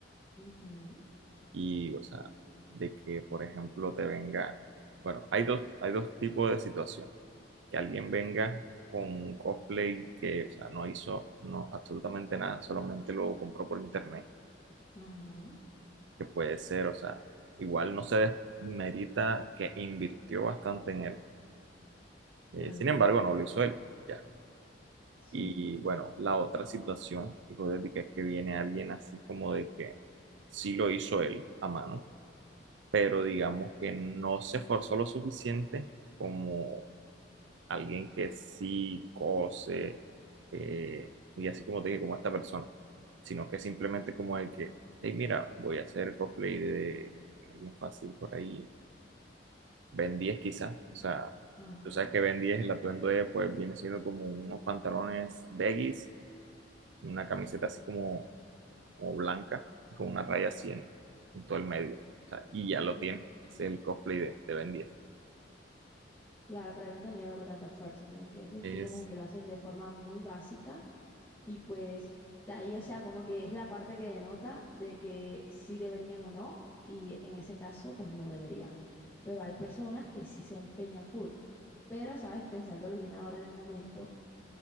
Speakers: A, on the left; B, on the right.
A: Ujú,
B: Y, o sea, de que, por ejemplo, te venga, bueno, hay dos, hay dos tipos de situación. Que alguien venga con un cosplay que, o sea, no hizo no, absolutamente nada, solamente lo compró por internet,
A: Ajá,
B: que puede ser, o sea, igual no se desmerita que invirtió bastante en él
A: claro,
B: Eh, sin
A: claro.
B: embargo, no lo hizo él, ya.
A: Sí,
B: Y bueno, la otra situación hipotética es que viene alguien así como de que sí lo hizo él a mano, pero digamos que no se esforzó lo suficiente como alguien que sí cose, eh, y así como te dije, como esta persona, sino que simplemente como el que, hey, mira, voy a hacer cosplay de alguien fácil por ahí Ben 10 quizá, o sea,
A: ajá.
B: tú sabes que Ben 10 el atuendo de, pues viene siendo como unos pantalones baggies, una camiseta así como, como blanca, con una raya así en, en todo el medio, o sea, y ya lo tiene, ese es el cosplay de, de Ben 10.
A: Claro, pero ahí no tendría como tanto esfuerzo, ¿sí me entiendes?
B: Es,
A: Tipo como que lo hacen de forma muy básica Y pues de ahí, o sea, como que es la parte que denota de que sí deberían o no, y en ese caso, pues no deberían. Pero hay personas que sí se empeñan full. Pero, sabes, pensándolo bien ahora en el momento,